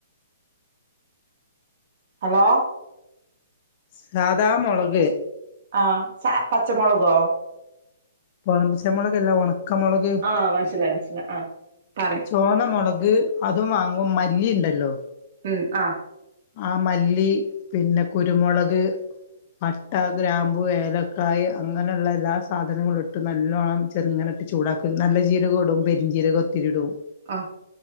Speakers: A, on the right (about 55°); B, on the left (about 40°).
A: ഹലോ
B: സാദാമുളക്
A: ആഹ് സ പച്ചമുളകോ
B: പഴ പച്ച മുളക് അല്ല ഉണക്കമുളക്
A: ആഹ് മനസ്സിലായി മനസ്സിലായി ആഹ് പറി
B: തോന്നമുളക് അതും വാങ്ങും മല്ലി ഉണ്ടല്ലോ
A: ഉം ആ
B: ആ മല്ലി പിന്നെ കുരു കുരുമുളക് പട്ട ഗ്രാമ്പു ഏലക്കായ അങ്ങനെയുള്ള എല്ലാ സാധനങ്ങളും ഇട്ടും ഇട്ട് നല്ലോണം ചെറുങ്ങന ഇട്ട് ചൂടാക്കും നല്ല ജീരക ഇടും പെരിഞ്ചീരക ഒത്തിരി ഇടും
A: ആ